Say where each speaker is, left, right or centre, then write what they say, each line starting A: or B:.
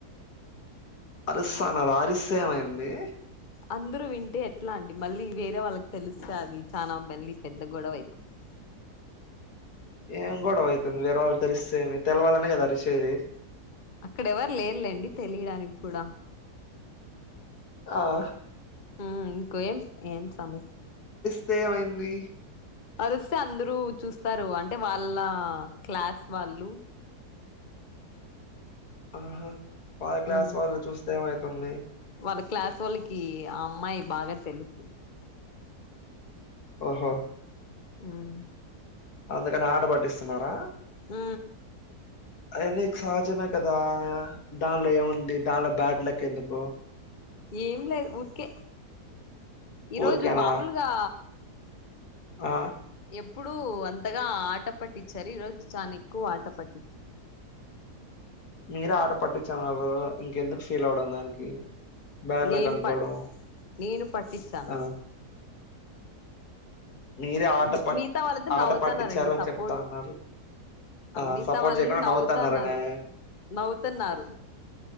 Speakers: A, on the left; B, on the left.
A: అరుస్తా ఉన్నారా అరిస్తే ఏమైంది
B: అందరూ వింటే ఎట్లా అండి మళ్ళీ వేరే వాళ్ళకి తెలిస్తే అది చానా మళ్ళీ పెద్ద గొడవ అయిపోతుంది
A: ఏం గొడవ అవుతుంది వేరే వాళ్ళు తెలిస్తేమి తెలవాలనే కదా అరిచేది
B: అక్కడెవరు లేర్లేండి తెలియడానికి కూడా
A: ఆ
B: ఆ ఇంకో ఏం ఏం సమస్యా
A: స్తేమైంది
B: అరిస్తే అందరు చూస్తారు అంటే వాళ్ళ క్లాస్ వాళ్ళు
A: ఆహా వాళ్ళ క్లాస్
B: ఉమ్
A: వాళ్ళు చూస్తే ఏవైతుంది
B: వాళ్ళ క్లాసు వాళ్ళకి ఆ అమ్మాయి బాగా తెలుసు
A: ఓహా
B: హ్మ్
A: అందుకని ఆట పట్టిస్తున్నారా
B: ఊ
A: అది నీకు సహజమే కదా దానిలో ఏముంది దానిలో బ్యాడ్ లక్ ఎందుకు
B: ఏం లేదు ఉరికే ఈరోజు
A: ఊరికేనా
B: మామూలుగా
A: ఆ
B: ఎప్పుడు అంతగా ఆట పట్టించారు ఈ రోజు చాలా ఎక్కువ ఆట పట్టించారు
A: మీర ఆట పట్టించన్నారు ఇంకెందుకు ఫీల్ అవ్వడం దానికి బాడ్
B: నేను
A: లక్ అనుకోవడం
B: పట్ నేను పట్టించానా
A: ఆ మీరే ఆట
B: మి
A: పట్
B: మిగతా వాళ్ళతో
A: ఆట
B: నవ్వుతున్నారండి
A: పట్టించారు అని
B: సపోర్ట్
A: చెప్తా ఉన్నారు ఆ
B: మిగతా
A: సపోర్ట్
B: వాళ్ళు
A: చేయకుండా
B: నవ్వుతన్నారు
A: నవతాన్నారనే
B: నవ్వుతున్నారు